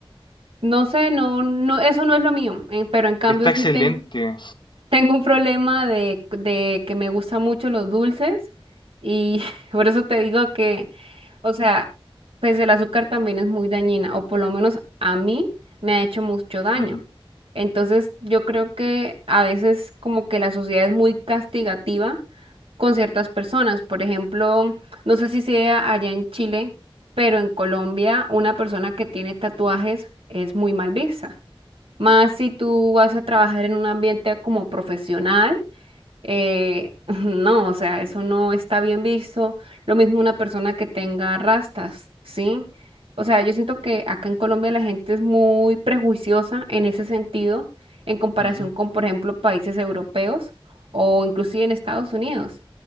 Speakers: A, on the right (about 70°); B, on the left (about 50°).
A: No sé, no, no, eso no es lo mío, eh, pero en cambio
B: Está
A: sí
B: excelente.
A: tengo. Tengo un problema de, de que me gustan mucho los dulces y <laughs> por eso te digo que, o sea, pues el azúcar también es muy dañina, o por lo menos a mí me ha hecho mucho daño.
B: Ujú,
A: Entonces yo creo que a veces como que la sociedad es muy castigativa con ciertas personas. Por ejemplo, no sé si sea allá en Chile, pero en Colombia una persona que tiene tatuajes es muy mal vista. Más si tú vas a trabajar en un ambiente como profesional, eh, <laughs> no, o sea, eso no está bien visto. Lo mismo una persona que tenga rastas, ¿sí? O sea, yo siento que acá en Colombia la gente es muy prejuiciosa en ese sentido, en comparación
B: ujú.
A: con, por ejemplo, países europeos o inclusive en Estados Unidos.